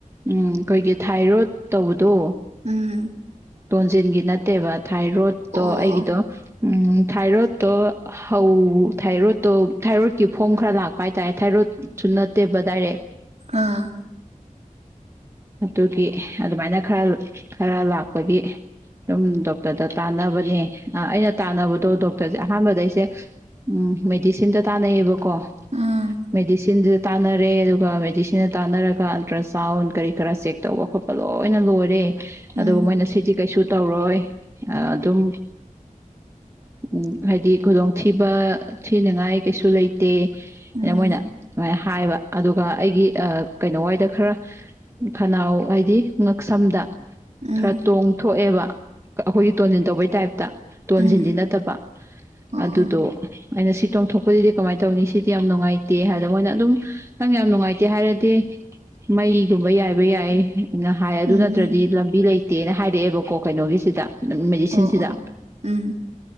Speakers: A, on the right (about 20°); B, on the right (about 55°).
A: ꯎꯝ ꯑꯈꯣꯏꯒꯤ ꯊꯥꯏꯔꯣꯗ ꯇꯧꯕꯗꯣ
B: ꯎꯝ
A: ꯇꯣꯟꯖꯤꯟꯒꯤ ꯅꯠꯇꯦꯕ ꯊꯥꯏꯔꯣꯠꯇꯣ
B: ꯑꯣ
A: ꯑꯩꯒꯤꯗꯣ ꯎꯝ ꯊꯥꯏꯔꯣꯠꯇꯣ ꯍꯧ ꯊꯥꯏꯔꯣꯠꯇꯣ ꯊꯥꯏꯔꯣꯗꯀꯤ ꯐꯣꯝ ꯈꯔ ꯂꯥꯛꯄ ꯍꯥꯏꯇꯥꯔꯦ ꯊꯥꯏꯔꯣꯗ ꯁꯨ ꯅꯠꯇꯦꯕ ꯗꯥꯏꯔꯦꯛ
B: ꯑꯥ
A: ꯑꯗꯨꯒꯤ ꯑꯗꯨꯃꯥꯏꯅ ꯈꯔ ꯈꯔ ꯂꯥꯛꯄꯒꯤ ꯑꯗꯨꯝ ꯗꯣꯛꯇꯔꯗ ꯇꯥꯟꯅꯕꯅꯦ ꯑꯩꯅ ꯇꯥꯟꯅꯕꯗꯣ ꯗꯣꯛꯇꯔꯁꯦ ꯑꯍꯥꯟꯕꯗ ꯑꯩꯁꯦ ꯎꯝ ꯃꯦꯗꯤꯁꯤꯟꯗ ꯇꯥꯟꯅꯩꯌꯦꯕꯀꯣ
B: ꯑꯥ ꯑꯣ
A: ꯃꯦꯗꯤꯁꯤꯟꯗꯨꯗ ꯇꯥꯟꯅꯔꯦ ꯑꯗꯨꯒ ꯃꯦꯗꯤꯁꯤꯟꯗ ꯇꯥꯟꯅꯔꯒ ꯑꯜꯇ꯭ꯔ ꯁꯥꯎꯟ ꯀꯔꯤ ꯈꯔ ꯆꯦꯛ ꯇꯧꯕ ꯈꯣꯠꯄ ꯂꯣꯏꯅ ꯂꯣꯏꯔꯦ
B: ꯎꯝ
A: ꯑꯗꯨꯒ ꯃꯣꯏꯅ ꯁꯤꯗꯤ ꯀꯩꯁꯨ ꯇꯧꯔꯣꯏ ꯑꯗꯨꯝ ꯎꯝ ꯍꯥꯏꯗꯤ ꯈꯨꯗꯣꯡꯊꯤꯕ ꯊꯤꯅꯉꯥꯏ ꯀꯩꯁꯨ ꯂꯩꯇꯦ
B: ꯎꯝ
A: ꯇꯦ ꯃꯣꯏꯅ ꯑꯗꯨꯃꯥꯏꯅ ꯍꯥꯏꯍꯦꯕ ꯑꯗꯨꯒ ꯑꯩꯒꯤ ꯀꯩꯅꯣ ꯋꯥꯏꯗ ꯈꯔ ꯈꯅꯥꯎ ꯍꯥꯏꯗꯤ ꯉꯛꯁꯝꯗ
B: ꯎꯝ
A: ꯈꯔ ꯇꯣꯡꯊꯣꯛꯑꯦꯕ ꯑꯩꯈꯣꯏꯒꯤ ꯇꯣꯟꯁꯤꯟ ꯇꯧꯕꯩ ꯇꯥꯏꯞꯇ ꯇꯣꯟꯁꯤꯟꯗꯤ
B: ꯎꯝ ꯎꯝ
A: ꯅꯠꯇꯕ
B: ꯑꯣ
A: ꯑꯗꯨꯗꯣ ꯑꯩꯅ ꯁꯤ ꯇꯣꯡꯊꯣꯛꯄꯗꯨꯗꯤ ꯀꯃꯥꯏꯅ ꯇꯧꯅꯤ ꯁꯤꯗꯤ ꯌꯥꯝ ꯅꯨꯡꯉꯥꯏꯇꯦ ꯍꯥꯏꯕꯗ ꯃꯣꯏꯅ ꯑꯗꯨꯝ ꯅꯪ ꯌꯥꯝ ꯅꯨꯡꯉꯥꯏꯇꯦ ꯍꯥꯏꯔꯗꯤ ꯃꯩꯗꯨ ꯌꯥꯏꯕ ꯌꯥꯏꯅ ꯍꯥꯏ ꯑꯗꯨ
B: ꯎꯝ
A: ꯅꯠꯇ꯭ꯔꯗꯤ ꯂꯝꯕꯤ ꯂꯩꯇꯦꯅ ꯍꯥꯏꯔꯛꯑꯦꯕꯀꯣ ꯀꯩꯅꯣꯒꯤꯁꯤꯗ ꯃꯦꯗꯤꯁꯤꯟꯁꯤꯗ
B: ꯑꯣ ꯑꯣ ꯎꯝ